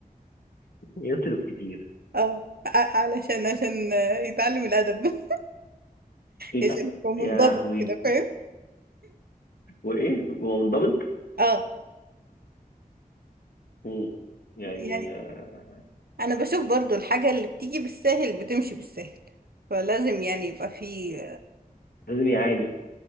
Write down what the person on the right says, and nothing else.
اه ع- علشان عشان آه، يتعلم الأدب
عشان
يبقى منضبط
كده فاهم
اه
يعني
انا بشوف برضو الحاجة اللي بتيجي بالساهل بتمشي بالساهل فلازم يعني يبقى في